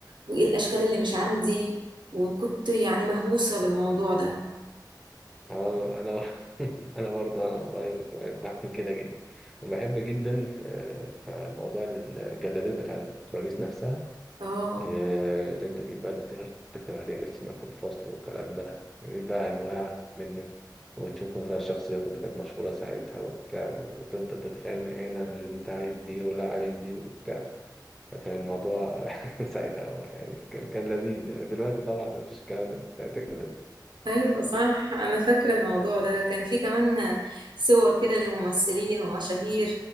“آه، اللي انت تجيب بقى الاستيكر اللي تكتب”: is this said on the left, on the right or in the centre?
Centre